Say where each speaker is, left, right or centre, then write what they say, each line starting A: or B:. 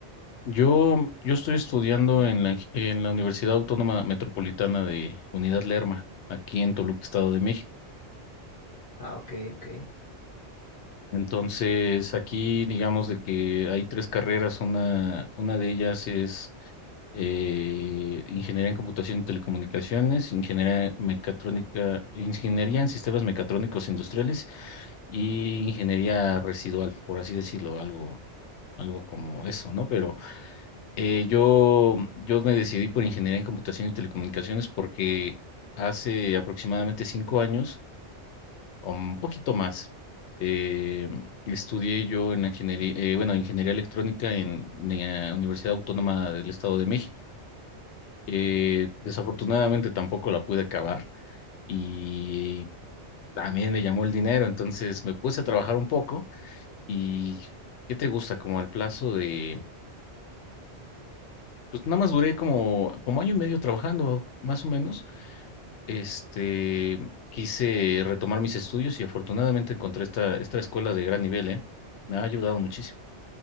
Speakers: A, on the left; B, on the left.
A: Yo, yo estoy estudiando en la, en la Universidad Autónoma Metropolitana de Unidad Lerma, aquí en Toluca, Estado de México.
B: Ah, ok, ok.
A: Entonces, aquí digamos de que hay tres carreras. Una, una de ellas es eh, Ingeniería en Computación y Telecomunicaciones, Ingeniería Mecatrónica, Ingeniería en Sistemas Mecatrónicos Industriales y Ingeniería Residual, por así decirlo, algo algo como eso, ¿no? Pero eh, yo, yo me decidí por ingeniería en computación y telecomunicaciones porque hace aproximadamente cinco años, o un poquito más, eh, estudié yo en la ingeniería, eh, bueno, ingeniería electrónica en la Universidad Autónoma del Estado de México. Eh, desafortunadamente tampoco la pude acabar y también me llamó el dinero, entonces me puse a trabajar un poco y ¿qué te gusta? Como al plazo de Pues nada más duré como, como año y medio trabajando, más o menos. Este, quise retomar mis estudios y afortunadamente encontré esta, esta escuela de gran nivel, ¿eh? Me ha ayudado muchísimo.